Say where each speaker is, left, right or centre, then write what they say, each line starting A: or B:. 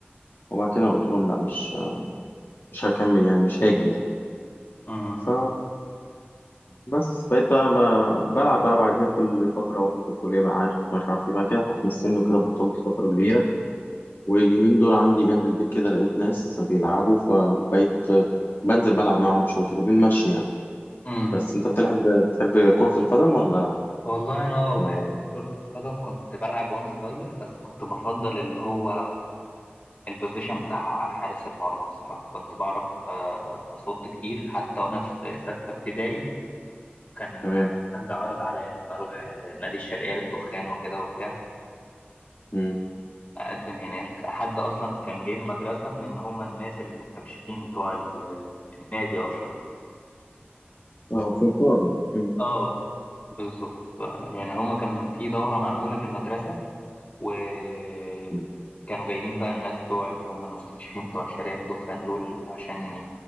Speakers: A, on the left; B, on the left.
A: وبعد كده قلت لهم لا مش مش هكمل يعني مش هاجي يعني
B: مهم.
A: ف بس بقيت بقى ب- بلعب بقى بعديها كل فترة واحنا في الكلية بقى عارف مش عارف ايه بقى كده حكم السن وكده بطلت فترة كبيرة واليومين دول عندي جنب البيت كده لقيت ناس بيلعبوا فبقيت بنزل بلعب معاهم شوية كده بنمشي يعني
B: مم.
A: بس انت بتلعب بتحب كرة القدم ولا
B: والله انا آه،
A: ما
B: بحب كرة القدم كنت بلعب وانا صغير بس كنت بفضل اللي هو البوزيشن بتاع حارس المرمى الصراحة كنت بعرف آه، أصد كتير حتى وأنا في ستة ابتدائي كان
A: تمام
B: حد عرض عليا إن أنا أروح آه، نادي الشرقية للدخان وكده وبتاع
A: مم.
B: اقدم هناك حد اصلا كان جاي المدرسه من ان هما الناس المستكشفين بتوع ال- النادي اصلا
A: اه سمسار مم.
B: اه بالظبط يعني هما كان في دورة معمولة في المدرسة وكانوا
A: مم.
B: جايين بقى الناس بتوع اللي هما المستكشفين بتوع شارع الدخان دول عشان